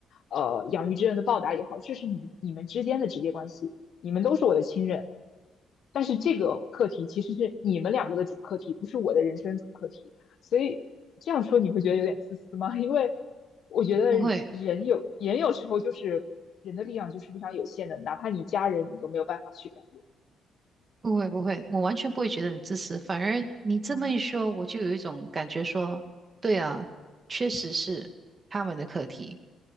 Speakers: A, on the left (about 65°); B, on the right (about 40°).
A: 呃，养育之恩的报答也好，这是你你们之间的直接关系，你们都是我的亲人，但是这个课题其实是你们两个的主课题，不是我的人生主课题。所以这样说你会觉得有点自私吗？<laughs> 因为我觉得人有人有时候就是人的力量就是非常有限的，
B: 不会，
A: 哪怕你家人你都没有办法去改变。
B: 不会不会，我完全不会觉得你自私，反而你这么一说，
A: 嗯
B: 我就有一种感觉说，对啊，确实是他们的课题，